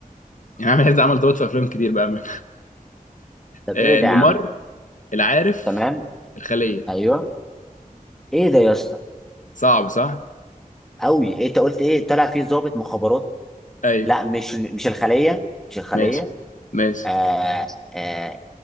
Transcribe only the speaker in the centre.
طب
ايه ده
يا عم
تمام
ايوه ايه ده يا اسطى
قوي إيه انت قلت ايه طلع فيه ضابط مخابرات
لا مش مش الخليه مش الخليه
آه آه